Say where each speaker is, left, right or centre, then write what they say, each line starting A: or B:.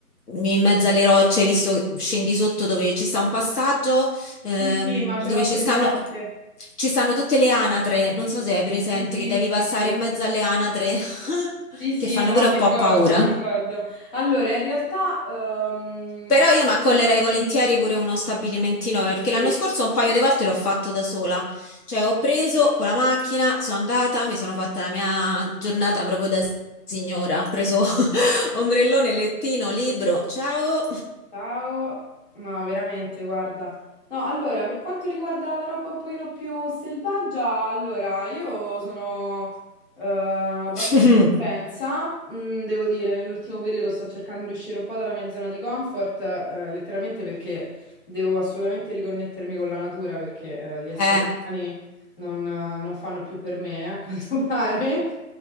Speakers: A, on the left; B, on the left.
A: in mezzo alle rocce, visto che scendi sotto dove ci sta un passaggio, ehm,
B: Sì, sì, ma ce
A: dove
B: l'ho
A: ci
B: presente.
A: stanno... Ci stanno tutte le anatre, non so se hai presente
B: Sì, sì,
A: che devi passare
B: sì, sì.
A: in mezzo alle anatre, <laughs>
B: Sì, sì,
A: che fanno
B: no,
A: pure
B: mi
A: un po'
B: ricordo,
A: paura.
B: mi ricordo. Allora, in realtà, ehm,
A: Però io mi accollerei volentieri pure uno stabilimentino
B: sì,
A: perché
B: sì,
A: l'anno scorso un paio di volte l'ho fatto da sola. Cioè ho preso con la macchina, sono andata, mi sono fatta la mia giornata proprio da signora. Ho preso <laughs> ombrellone, lettino, libro. Ciao!
B: Ciao, no, veramente, guarda. No, allora, per quanto riguarda la roba un pochino più selvaggia, allora, io sono eh, abbastanza
A: <laughs>
B: propensa, mm, devo dire, nell'ultimo periodo sto cercando di uscire un po' dalla mia zona di comfort, eh, letteralmente perché devo assolutamente riconnettermi con la natura, perché eh, gli esseri
A: Eh.
B: umani non, eh, non fanno più per me, eh, a quanto <laughs> pare.